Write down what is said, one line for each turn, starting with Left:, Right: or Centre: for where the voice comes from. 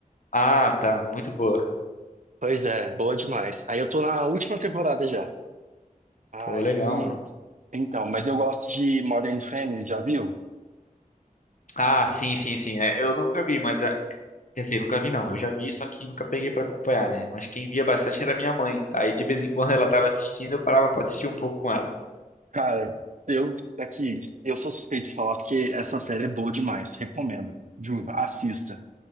Left: Ah, tá, muito boa.
Right: Pois é, boa demais. Aí eu tô na última temporada já. Aí.
Left: Pô, legal, mano.
Right: Então, mas eu gosto de Modern Family, já viu?
Left: Ah, sim, sim, sim. É, eu nunca vi, mas é, quer dizer, nunca vi não. Eu já vi, só que nunca peguei pra acompanhar, né? Mas quem via bastante era minha mãe. Aí de vez em quando ela tava assistindo, eu parava pra assistir um pouco com ela.
Right: Cara, eu aqui, eu sou suspeito de falar porque essa série é boa demais. Recomendo. Juro, assista.